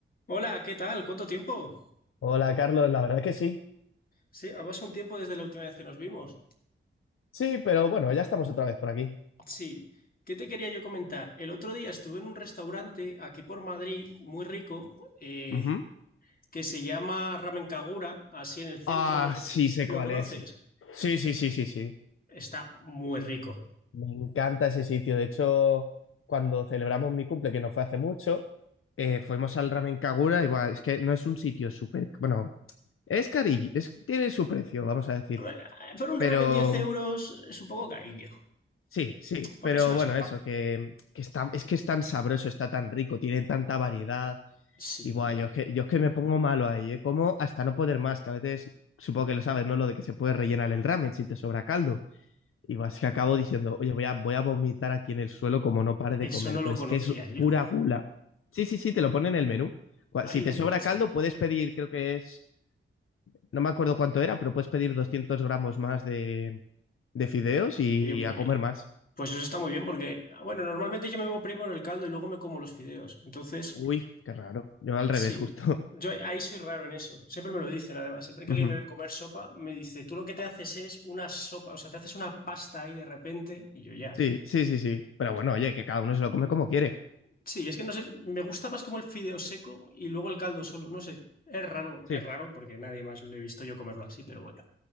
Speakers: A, on the left; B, on the left.
A: Hola, ¿qué tal? ¿Cuánto tiempo?
B: Hola Carlos, la verdad que sí.
A: Sí, ha pasado un tiempo desde la última vez que nos vimos.
B: Sí, pero bueno, ya estamos otra vez por aquí.
A: Sí, ¿qué te quería yo comentar? El otro día estuve en un restaurante aquí por Madrid, muy rico, eh,
B: Ujú.
A: que se llama Ramen Kagura, así en el centro.
B: Ah,
A: ¿no?
B: sí, sé
A: ¿Lo
B: cuál
A: conoces?
B: es. Sí, sí, sí, sí, sí.
A: Está muy rico.
B: Me encanta ese sitio. De hecho, cuando celebramos mi cumple, que no fue hace mucho, eh, fuimos al Ramen Kagura y buah, es que no es un sitio súper... Bueno, es carillo, es- tiene su precio, vamos a decir.
A: A ver, Por un
B: Pero
A: ramen 10 euros es un poco carillo,
B: sí, sí,
A: porque
B: pero
A: es una
B: bueno,
A: sopa.
B: eso, que, que está, es que es tan sabroso, está tan rico, tiene tanta variedad.
A: Sí,
B: Y guay, yo es que, yo es que me pongo malo ahí, ¿eh? Como hasta no poder más, que a veces supongo que lo sabes, ¿no? Lo de que se puede rellenar el ramen si te sobra caldo. Y vas que acabo diciendo, oye, voy a, voy a vomitar aquí en el suelo como no pare de
A: eso
B: comer,
A: no lo
B: pero
A: conocía
B: es que es
A: yo.
B: pura gula. Sí, sí, sí, te lo pone en el menú. Cua-
A: Ay,
B: Si
A: la
B: te sobra
A: leche.
B: caldo, puedes pedir, creo que es, no me acuerdo cuánto era, pero puedes pedir 200 gramos más de, de fideos y
A: Oye, pues,
B: a comer más.
A: pues eso está muy bien porque, bueno, normalmente yo me voy primero el caldo y luego me como los fideos. Entonces,
B: Uy, qué raro. Yo al
A: Sí,
B: revés, justo.
A: yo ahí ahí soy raro en eso. Siempre me lo dicen, además.
B: <laughs>
A: Siempre que
B: Ujú.
A: alguien me ve comer sopa, me dice, tú lo que te haces es una sopa, o sea, te haces una pasta ahí de repente, y yo ya.
B: Sí, sí, sí, sí. Pero bueno, oye, que cada uno se lo come como quiere.
A: Sí, es que no sé, me gusta más como el fideo seco y luego el caldo solo, no sé. Es raro,
B: Sí.
A: es raro porque nadie más lo he visto yo comerlo así, pero bueno.